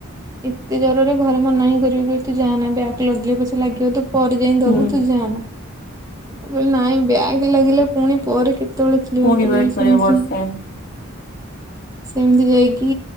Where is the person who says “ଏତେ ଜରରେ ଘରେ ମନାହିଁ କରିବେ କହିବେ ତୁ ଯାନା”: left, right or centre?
Right